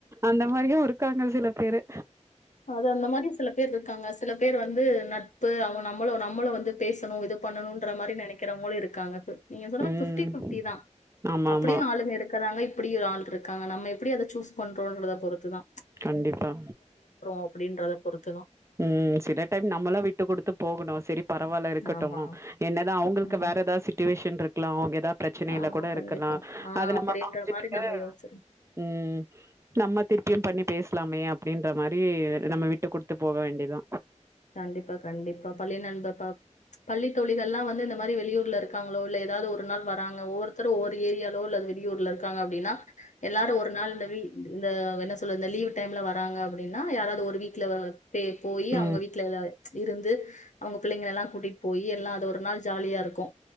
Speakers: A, on the right; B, on the left.
A: அந்த மாரியு இருக்காங்க சில பேரு
B: அது அந்த மாரி சில பேர் இருக்காங்க சில பேர் வந்து நட்பு அவ்ங்க நம்மளு நம்மளு வந்து பேசணு இது பண்ணணுன்ற மாரி நெனக்கிறவங்களு இருக் காங்க தோ நீங்க சொல்ற
A: ம்.
B: ஃபிப்டி ஃபிப்டி தா
A: ஆமாமா.
B: அப்படியு ஆளுங்க இருக் சொல்றாங்க இப்புடி ஒரு ஆள் இருக்காங்க நம்ம எப்டி அத சூஸ் பண்றோ அப்டின்றத பொறுத்து தா
A: கண்டிப்பா
B: அப்டின்றத பொறுத்துதா
A: ம் சில டைம் நம்மளா விட்டு குடுத்து போகணு செரி பரவால்ல இருக்கட்டு
B: ஆமா.
A: என்னதா அவுங்கள்க்கு
B: ம்.
A: வேற ஏதாது சிட்டுவேஷன் இருக்கலா அவ்ங்க ஏதாத் ப்ரச்சனைல
B: ஆமா,
A: கூட இருக்கலா
B: கண்டிப்பா. ஆ
A: அத
B: அப்படின்ற
A: நம்ம புரிஞ்சிகிட்டு
B: மாரி நம்ம யோசிச்சிரும்.
A: ம் நம்ம திருப்பியு பண்ணி பேஸ்லா மே அப்டின்ற மாரி நம்ம விட்டு குடுத் து போக வேண்டியதா
B: கண்டிப்பா கண்டிப்பா பள்ளி நண்ப பாப் பள்ளி தோழிகள்லா வந்து இந்த மாரி வெளியூர்ல இருக்காங்ளோ இல்ல ஏதாது ஒரு நாள் வராங்க ஒவ்வொருத்தர் ஒவ்வொரு ஏரியாலோ இல்லது வெளியூர்ல இருக்காங்க அப்டின்னா எல்லாரு ஒரு நாள் இந்த வீ் இந்த என்ன சொல்றது இந்த லீவு டைம்ல வராங்க அப்புடு டின்னா யாராது ஒரு வீட்ல வ பே போயி
A: ம்.
B: அவுங்க வீட் ட்ல எல்லாரு இருந்து அவுங்க பிள்ளைங்கள்லா கூட்டிட்டு போயி எல்லா அது ஒரு நாள் ஜாலியா இருக்கு